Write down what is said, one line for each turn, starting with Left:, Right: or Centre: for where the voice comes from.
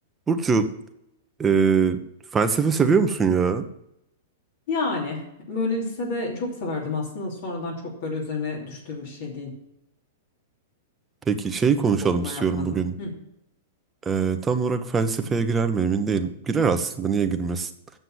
Right: Burcu, e, felsefe seviyor musun ya?
Left: Yani böyle lisede çok severdim aslında. Sonradan çok böyle üzerine düştüğüm bir şey değil.
Right: Peki şeyi konuşalım
Left: Çok okuma
Right: istiyorum
Left: yapmadım.
Right: bugün.
Left: Hı
Right: E, tam olarak felsefeye girer mi emin değilim. Girer aslında, niye girmesin?